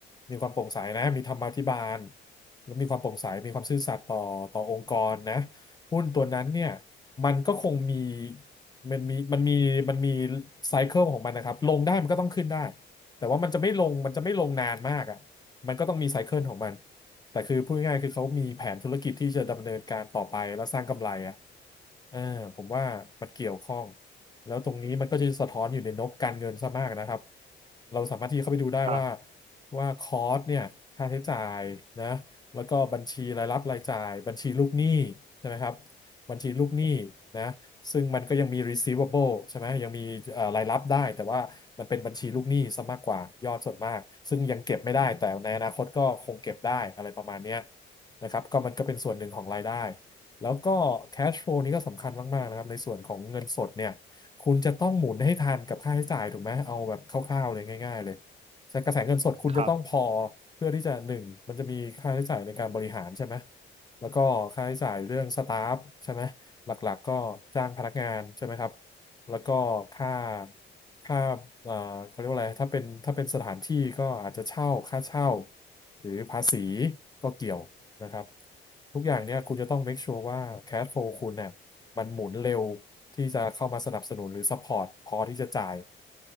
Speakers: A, on the left; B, on the right.
A: มีความโปร่งใสนะมีธรรมาภิบาลแล้วมีความโปร่งใสมีความซื่อสัตย์ต่อต่อองค์กรนะหุ้นตัวนั้นเนี่ยมันก็คงมีมันมีมันมีมันมีไซเคิลของมันนะครับ ลงได้มันก็ต้องขึ้นได้ แต่ว่ามันจะไม่ลงมันจะไม่ลงนานมากอ่ะมันก็ต้องมีไซเคิลของมันแต่คือพูดง่ายๆคือเขามีแผนธุรกิจที่จะดำเนินการต่อไปแล้วสร้างกำไรอ่ะเออผมว่ามันเกี่ยวข้อง แล้วตรงนี้มันก็จะสะท้อนอยู่ในงบการเงินซะมากนะครับเราสามารถที่เข้าไปดูได้ว่า
B: ครับ
A: ว่าคอสเนี่ยค่าใช้จ่ายนะแล้วก็บัญชีรายรับรายจ่ายบัญชีลูกหนี้ใช่ไหมครับบัญชีลูกหนี้นะซึ่งมันก็ยังมี receivable ใช่ไหมยังมีเอ่อรายรับได้แต่ว่ามันเป็นบัญชีลูกหนี้ซะมากกว่ายอดส่วนมากซึ่งยังเก็บไม่ได้แต่ในอนาคตก็คงเก็บได้อะไรประมาณเนี้ยนะครับก็มันก็เป็นส่วนหนึ่งของรายได้แล้วก็ cash flow นี่ก็สำคัญมากๆนะครับในส่วนของเงินสดเนี่ย คุณจะต้องหมุนให้ทันกับค่าใช้จ่ายถูกไหมเอาแบบคร่าวๆเลยง่ายๆเลยใช้กระแสเงินสดคุณจะต้องพอ
B: ครับ
A: เพื่อที่จะหนึ่งมันจะมีค่าใช้จ่ายในการบริหารใช่ไหมแล้วก็ค่าใช้จ่ายเรื่องสตาฟใช่ไหมหลักๆก็จ้างพนักงานใช่ไหมครับแล้วก็ค่าค่าเอ่อเขาเรียกว่าอะไรถ้าเป็นถ้าเป็นสถานที่ก็อาจจะเช่าค่าเช่าหรือภาษีก็เกี่ยว นะครับทุกอย่างเนี่ยคุณจะต้อง make sure ว่า cash flow คุณเนี่ยมันหมุนเร็วที่จะเข้ามาสนับสนุนหรือ support พอที่จะจ่าย